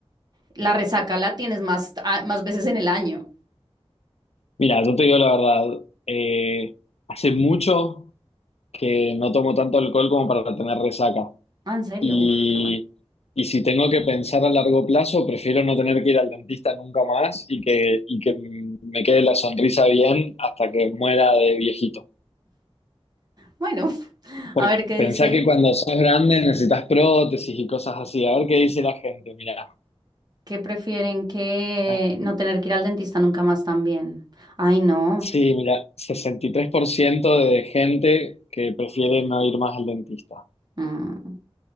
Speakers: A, on the right (about 40°); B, on the left (about 80°).
A: la resaca la tienes más, ah, más veces en el año.
B: mira, yo te digo la verdad. eh, hace mucho que no tomo tanto alcohol como para tener resaca.
A: Ah, ¿en serio?
B: Y,
A: Uf, qué bueno.
B: y si tengo que pensar a largo plazo, prefiero no tener que ir al dentista nunca más y que, y que me quede la sonrisa bien hasta que muera de viejito.
A: Bueno, <laughs>
B: Porque
A: a ver qué dice
B: pensá que cuando sos grande necesitas prótesis y cosas así. A ver qué dice la gente. Mira.
A: que prefieren que
B: ¿eh?
A: no tener que ir al dentista nunca más también. Ay, no.
B: Sí, mira, 63% de gente que prefiere no ir más al dentista.
A: Mm,